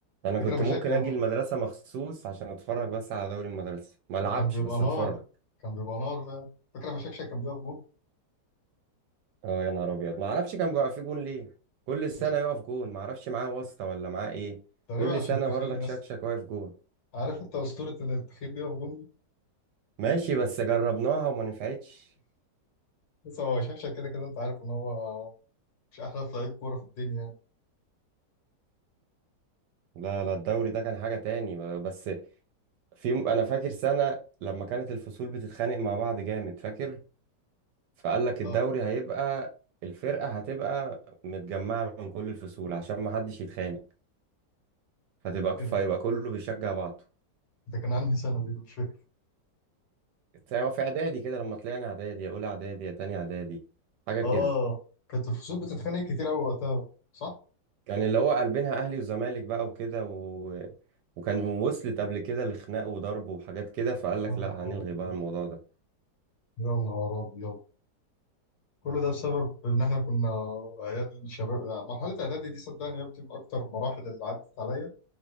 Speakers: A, on the right; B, on the left.
A: انا
B: فكره
A: كنت
B: مشاكل
A: ممكن اجي المدرسه مخصوص عشان اتفرج بس على دوري المدرسه ما العبش
B: كان بيبقى
A: بس
B: نار
A: اتفرج
B: كان بيبقى نار فاهم فاكر لما شكشك كان بيقف جون
A: اه يا نهار ابيض ما اعرفش كان بيبقى في جون ليه كل سنه
B: عش-
A: يقف جون ما اعرفش معاه واسطه ولا معاه ايه
B: تقريبا
A: كل
B: عشان
A: سنه
B: تخين
A: برضك
B: يس
A: شكشك واقف جون
B: عارف انت اسطوره ان التخين بيقف جون دي
A: ماشي بس جربناها وما نفعتش
B: بس هو شكشك كده كده انت عارف ان هو مش احلى لعيب كوره في الدنيا يعني
A: لا لا الدوري ده كان حاجه تاني ب- بس في انا فاكر سنه لما كانت الفصول بتتخانق مع بعض جامد فاكر فقال لك الدوري
B: اه
A: هيبقى الفرقه هتبقى متجمعه من كل الفصول عشان ما حدش يتخانق فتبقى
B: ايه
A: فيبقى
B: ده
A: كله بيشجع بعضه
B: ده كان انهي سنه دي انا مش فاكر
A: هو في اعدادي كده لما طلعنا اعدادي يا اولى اعدادي يا تاني اعدادي حاجه كده
B: اه كانت الفصول بتتخانق كتير قوي وقتها صح
A: كان اللي هو قلبينها اهلي وزمالك بقى وكده و... وكان وصلت قبل كده لخناق وضرب وحاجات كده فقال لك
B: يا نهار
A: لا هنلغي
B: ابيض
A: بقى الموضوع ده
B: يا نهار ابيض كل ده بسبب ان احنا كنا عيال شباب مرحله اعدادي دي صدقني يا ابني من اكتر المراحل اللي عدت عليا